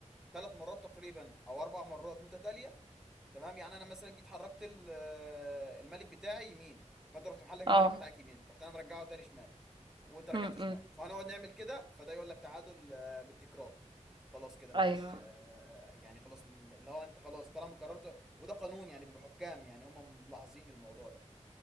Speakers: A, in the centre; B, on the right (about 40°).
A: ثلاث مرات تقريبا او اربع مرات متتاليه تمام يعني انا مثلا جيت حركت ال- آه، الملك بتاعي يمين فانت رحت محلك
B: اه
A: الملك بتاعك يمين رحت انا مرجعه تاني شمال وانت رجعته
B: م- م.
A: شمال فهنقعد نعمل كده فده يقول لك تعادل آه، بالتكرار خلاص كده مفيش
B: ايوه
A: آه، آه، يعني خلاص م- اللي هو انت خلاص طالما قررت وده قانون يعني بحكام يعني هم ملاحظين الموضوع ده